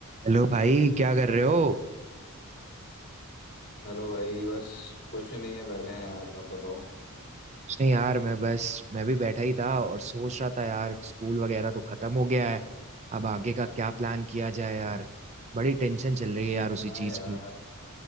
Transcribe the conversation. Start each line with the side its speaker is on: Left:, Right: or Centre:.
Right: Hello भाई क्या कर रहे हो
Left: Hello भाई बस कुछ नहीं है बैठे हैं यार आप बताओ
Right: कुछ नहीं यार मैं बस मैं भी बैठा ही था और सोच रहा था यार स्कूल वगैरह तो खत्म हो गया है अब आगे का क्या प्लान किया जाए यार बड़ी टेंशन चल रही है यार उसी
Left: हाँ
Right: चीज
Left: यार
Right: की